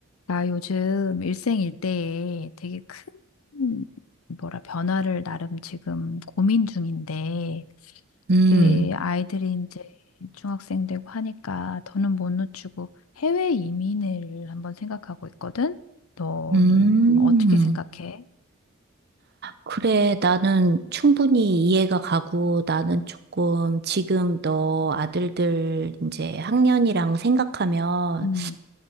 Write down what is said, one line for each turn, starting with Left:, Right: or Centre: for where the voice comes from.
Left: 나 요즘 일생일대에 되게 큰, 뭐라, 변화를 나름 지금 고민 중인데,
Right: 음,
Left: 우리 아이들이 이제 중학생 되고 하니까 더는 못 놓치고 해외 이민을 한번 생각하고 있거든? 너는
Right: 음,
Left: 어떻게
Right: 음.
Left: 생각해?
Right: 그래, 나는 충분히 이해가 가고 나는 조금 지금 너 아들들 이제 학년이랑 생각하면
Left: 음,